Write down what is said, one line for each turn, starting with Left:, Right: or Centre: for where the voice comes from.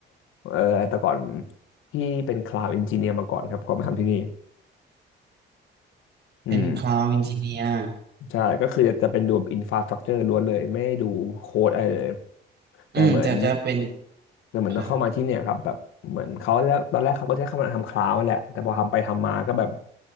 Left: เออแต่ก่อนพี่เป็นคลาวด์เอนจิเนียร์มาก่อนครับก่อนมาทำที่นี่
Right: เป็น
Left: อืม
Right: Cloud Engineer
Left: ใช่ก็คือจะเป็นดูอินฟราสตรักเจอร์ล้วนเลยไม่ได้ดูโค้ดอะไรเลยแต่เหมือน
Right: อืมจะจะเป็น
Left: แต่เหมือนเอาเข้ามาที่เนี่ยครับแบบเหมือนเขาแล้วตอนแรกเขาก็จะให้เข้ามาทำคลาวด์นั่นแหละแต่พอทำไปทำมาก็แบบ
Right: ครับ